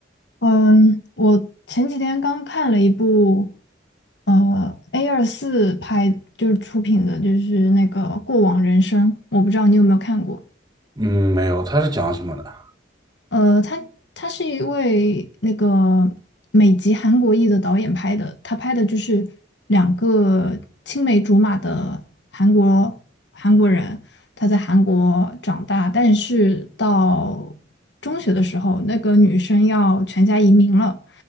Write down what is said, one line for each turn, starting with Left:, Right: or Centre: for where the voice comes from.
Left: 嗯，我前几天刚看了一部呃 A 二四拍就是出品的，就是那个《过往人生》，我不知道你有没有看过。
Right: 嗯，没有，它是讲什么的？
Left: 呃，他他是一位那个美籍韩国裔的导演拍的，他拍的就是两个青梅竹马的韩国韩国人，他在韩国长大，但是到中学的时候，那个女生要全家移民了，